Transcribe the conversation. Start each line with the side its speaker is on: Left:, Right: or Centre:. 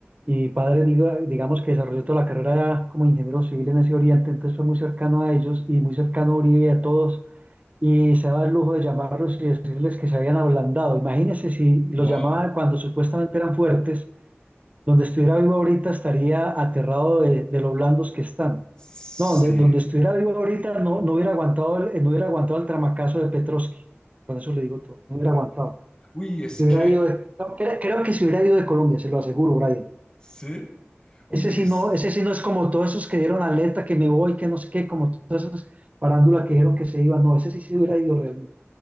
Right: Y mi padre, diga- digamos que desarrolló toda la carrera como ingeniero civil en ese oriente, entonces fue muy cercano a ellos y muy cercano a Uribe y a todos. Y se daba el lujo de llamarlos y decirles que se habían ablandado. Imagínense si
Left: Wow,
Right: los llamaba cuando supuestamente eran fuertes donde estuviera vivo ahorita estaría aterrado de, de lo blandos que están.
Left: sí.
Right: No, donde, donde estuviera vivo ahorita no, no hubiera aguantado el, no hubiera aguantado el tramacazo de Petrovsky. Con eso le digo todo. No hubiera aguantado.
Left: Uy, es
Right: Se
Left: que,
Right: hubiera ido de- no, cre- creo, que se hubiera ido de Colombia, se lo aseguro, Brian.
Left: sí. Uy,
Right: Ese sí
Left: es.
Right: no, ese sí no es como todos esos que dieron alerta que me voy, que no sé qué, como todas esas parándulas que dijeron que se iban. No, ese sí se hubiera ido realmente.